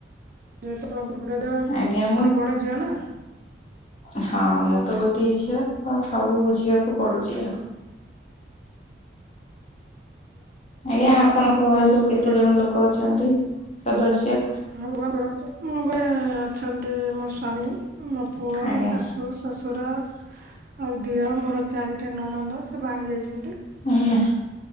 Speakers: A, on the right; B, on the left.
A: କଣ କ ବଟେ
B: ଆଜ୍ଞା ମୁଁ
A: ବଡ଼ ଝିଅ ନା
B: ହଁ
A: ସେଥିପାଇଁ
B: ମୁଁ ତ ଗୋଟିଏ ଝିଅ ତ ସବୁ ବୁଝିବାକୁ ପଡୁଛି ଆଉ ଆଜ୍ଞା ଆପଣଙ୍କ ଘରେ ସବୁ କେତେ
A: ହଁ
B: ଜଣ ଲୋକ ଅଛନ୍ତି ସଦସ୍ୟ
A: ହଁ ଭଲ ମୋ ପାଇଁ ଅଛନ୍ତି ମୋ ସ୍ଵାମୀ ମୋ ପୁଅ
B: ଆଜ୍ଞା
A: ଶାଶୁ ଶଶୁରା ଆଉ ଦିଅ ମୋର ଚାରିଟା ନଣନ୍ଦ ସେ ବାହି ଯାଇଛନ୍ତି
B: ଆଜଞା